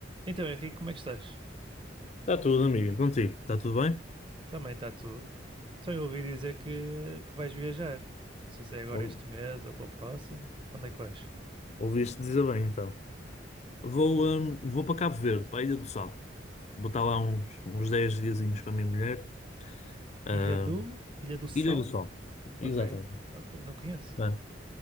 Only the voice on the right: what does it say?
Então, Henrique, como é que estás?
Também está tudo. Então, eu ouvi dizer que, que vais viajar. Não sei se é agora
este mês ou para o próximo. Para onde é que vais?
Ilha do... Ilha do Sal?
Ok, ok, não conheço.